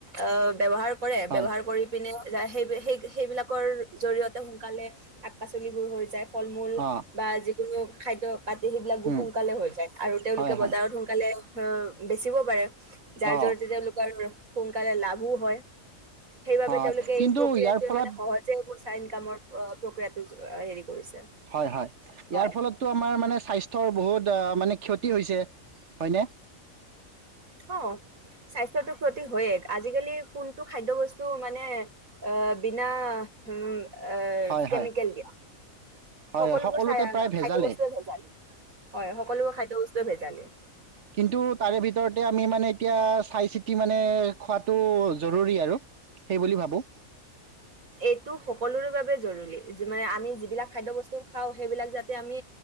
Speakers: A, on the right; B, on the right.
A: আহ ব্যৱহাৰ কৰে
B: হয়,
A: ব্যৱহাৰ কৰি পিনে সেই সেই সেইবিলাকৰ জৰিয়তে সোনকালে শাক পাচলিবোৰ হৈ যায় । ফল মূল
B: অ',
A: বা, যি কোনো খাদ্য পাতি সেইবিলাক বোৰ
B: উম,
A: সোনকালে হৈ যায় আৰু তেওঁলোকে
B: হয়, হয়,
A: বজাৰত সোনকালে অ বেচিব পাৰে । যাৰ
B: অ'।
A: জৰিতে তেওঁলোকৰ সোনকালেও লাভো হয়। সেইবাবে
B: হয়
A: তেওঁলোকে
B: কিন্তু
A: এই প্ৰক্ৰিয়াটোৱে
B: ইয়াৰ ফলত
A: মানে সহজে পইচা ইনকামৰ প্ৰক্ৰিয়াটো হেৰি কৰিছে
B: হয়-হয়।
A: হয়
B: ইয়াৰ ফলতো আমাৰ মানে স্বাস্থ্য বহুত ফলত মানে ক্ষতি হৈছে হয় নে?
A: অহ, স্বাস্থ্যতো ক্ষতি হয়ে আজিকালি কোনটো খাদ্য বস্তু মানে আহ বিনা উম
B: হয়
A: কেমিকেল
B: হয়
A: দিয়া।
B: হয়
A: সকলোবোৰ
B: সকলোতে
A: চ
B: প্ৰায় ভেজালেই
A: খাদ্য বস্তুৱে ভেজালী হয় সকলোবোৰ খাদ্য বস্তুৱে ভেজালী।
B: কিন্তু তাৰে ভিতৰতে আমি মানে এতিয়া চাই চিতি মানে খোৱাটো জৰুৰী আৰু সেইবুলি ভাবোঁ।
A: এইটো সকলোৰে বাবে জৰুৰী মানে আমি যিবিলাক খাদ্য বস্তু খাওঁ সেইবিলাক যাতে আমি